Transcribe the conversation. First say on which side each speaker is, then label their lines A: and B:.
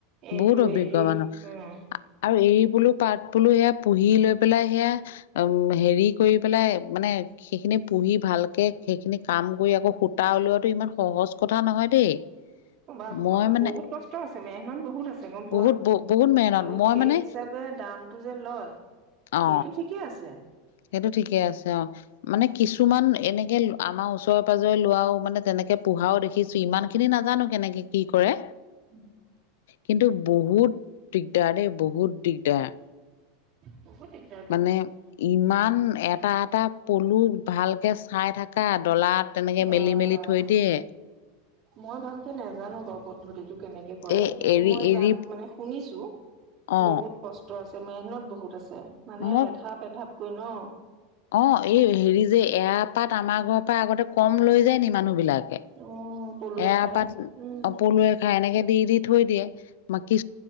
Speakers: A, on the right; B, on the left.
A: এইটো
B: বহুত
A: হেৰি
B: অভিজ্ঞ
A: উম।
B: মানুহ আৰু এৰি বোলো পাত বোলো সেয়া পুহি লৈ পেলাই সেয়া উম, হেৰি কৰি পেলাই মানে সেইখিনি পুহি ভালকৈ সেইখিনি কাম কৰি আকৌ সূতা উলিওৱটো ইমান সহজ কথা নহয় দেই। <inaudible>
A: বা
B: মই মানে
A: বহুত কষ্ট আছে মেহনত বহুত আছে গ'ম পোৱা
B: বহুত বহুত মেহনত
A: আৰু
B: মই
A: সেই
B: মানে
A: হিচাপ দামটো যে লয়।
B: অ,
A: সেইটো ঠিকেই আছে
B: সেইটো ঠিকে আছে অ'। মানে কিছুমান এনেকে আমাৰ ওচৰে, পাঁজৰে লোৱাও মানে তেনেকে পোহাও দেখি ইমান খিনি নাজানো কেনেকে কি কৰে।
A: উম।
B: কিন্তু, বহুত দিগদাৰ দেই বহুত দিগদাৰ।
A: বহ <unintelligible> ঠিক য
B: মানে ইমান এটা-এটা পলু ভালকৈ চাই থাককা ডলাত তেনেকৈ
A: বা
B: মেলি-মেলি থৈ দিয়ে।
A: মই ভালকে নাজানো বাৰু পদ্ধতিটো কেনেকে কৰে
B: এই
A: কিন্তু
B: এৰি
A: মই
B: এৰি
A: জান মানে শুনিছো
B: অ
A: বহুত। কষ্ট আছে মেহনত বহুত আছে মানে
B: মোক
A: এধাপ-এধাপকৈ ন
B: অ, এই হেৰি যে এৰা পাত আমাৰ ঘৰৰ পৰা আগতে কম লৈ যায় নি মানুহ বিলাকে।
A: উম, পলুৱে
B: এৰা
A: খায়
B: পাত
A: উম।
B: অপলুৱে খাই এনেকে দি, দি থৈ দিয়ে ম কি